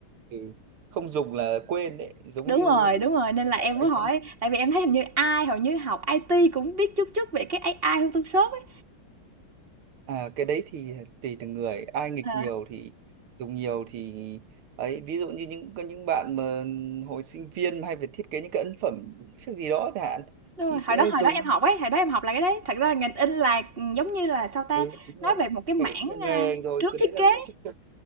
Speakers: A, on the right; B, on the right.
A: Ừ. Không dùng là quên đấy, giống
B: Đúng
A: như
B: rồi, đúng rồi, nên là em
A: anh
B: mới hỏi, tại vì em thấy hình như ai hầu như học IT cũng biết chút chút về cái AI Photoshop ấy.
A: À, cái đấy thì tùy từng người ai nghịch
B: Ờ,
A: nhiều thì dùng nhiều thì ấy ví dụ như những có những bạn mà hồi sinh viên mà hay phải thiết kế những cái ấn phẩm việc gì đó chẳng hạn
B: đúng rồi,
A: thì
B: hồi
A: sẽ
B: đó hồi
A: dùng
B: đó em học ấy, hồi đó em học là cái đấy. Thật ra ngành in là, giống như là, sao ta,
A: ừ đúng
B: nói
A: rồi
B: về một cái mảng,
A: phải ít nhờ nghề
B: a,
A: rồi
B: trước
A: cái
B: thiết
A: đấy là
B: kế.
A: chắc chắn